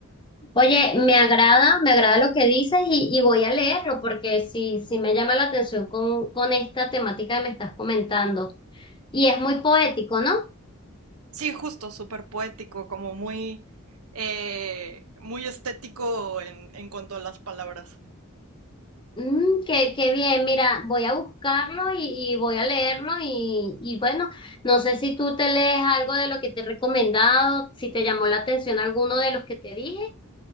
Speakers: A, on the left; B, on the right.
A: Oye, me agrada, me agrada lo que dices y, y voy a leerlo porque sí, sí me llama la atención con, con esta temática que me estás comentando. Y es muy poético, ¿no?
B: Sí, justo, súper poético, como muy, eh, muy estético en, en cuanto a las palabras.
A: Mm, qué, qué bien, mira, voy a buscarlo y, y voy a leerlo y, y bueno, no sé si tú te lees algo de lo que te he recomendado, si te llamó la atención alguno de los que te dije.